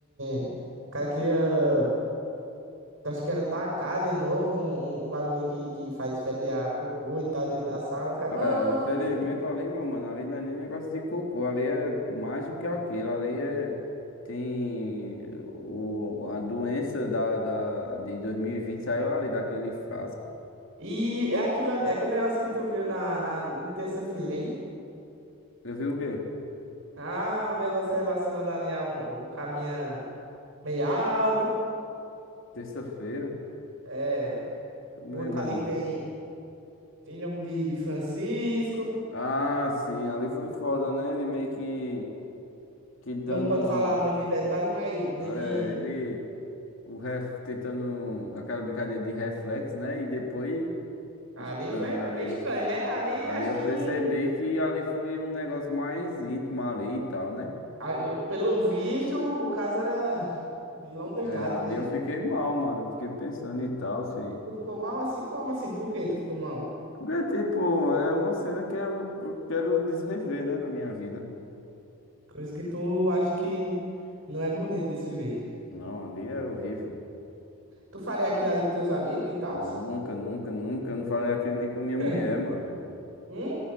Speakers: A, on the right (about 55°); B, on the left (about 60°).
A: o cara queria. Acho que era tacar de novo um, um, um bagulho que, que faz feder a cocô e tal dentro da sala. Os caras, não,
B: É,
A: não,
B: infelizmente
A: não, não. sei o quê.
B: ali, meu mano, ali não é nem negócio de cocô, ali é mais do que aquilo, ali é, tem o, a doença da, da, de 2020 saiu ali daquele frasco.
A: E aquilo, aquele negócio que tu viu na, na, em terça-feira, hein?
B: Eu vi o quê?
A: Ah, um negócio relacionado ali a um, um cabinha meio alto.
B: Terça-feira?
A: É.
B: Tô me
A: Outro
B: lembrando
A: ali que tem,
B: não.
A: tem nome de, de Francisco.
B: Ah, sim, ali foi foda, né? Ele meio que, que dando,
A: Não pode falar muito em detalhes, mas bem
B: é,
A: que
B: ele O ref tentando aquela brincadeira de reflexo, né? E depois
A: ali
B: estranha
A: foi é
B: ali.
A: meio estranho, né? Ali
B: Ali
A: acho
B: eu
A: que
B: percebi
A: não.
B: que ali foi um negócio mais íntimo ali e tal, né?
A: ali, Pelo visto, o caso era de longas
B: É,
A: datas,
B: ali
A: né?
B: eu fiquei mal, mano. Eu fiquei pensando e tal, se.
A: Tu ficou mal assim? Como assim? Por que tu ficou mal?
B: Porque, tipo, é uma cena que eu, eu quero desrever, né, na minha vida.
A: Coisa que tu acha que não é bonito de se ver.
B: Não, ali é horrível.
A: Tu faria aquilo ali com teus amigos e tal?
B: Nunca, nunca, nunca. Eu não falei aquilo nem com minha
A: <laughs>
B: mulher, mano.
A: Hum?